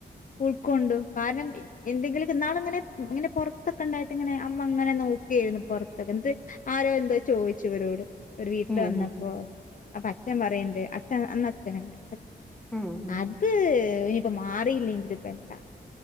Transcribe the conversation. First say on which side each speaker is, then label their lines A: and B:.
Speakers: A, on the left; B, in the centre.
A: ഉൾക്കൊണ്ടു കാരണം എന്തെങ്കിലും ഇന്നാൾ ഇങ്ങനെ ഇങ്ങനെ പൊർത്തൊക്കെ ഇണ്ടായിട്ട് ഇങ്ങനെ അമ്മ അങ്ങനെ നോ കുക്ക് ചെയ്യാര്ന്നു പൊർത്തൊക്കെ ഇന്നട്ട് ആരോ എന്തോ ചോയിച്ചു ഇവരോട് ഒരു വീട്ടില്
B: ഉം
A: വന്നപ്പോ
B: ഉം
A: അപ്പ അച്ഛൻ പറിയിണ്ട് അച്ഛൻ അന്ന് അച്ചൻ ഇണ്ട്
B: ഉം ഉം
A: അത് ഇനിപ്പൊ മാറിയില്ലെങ്കിപ്പാ എന്താ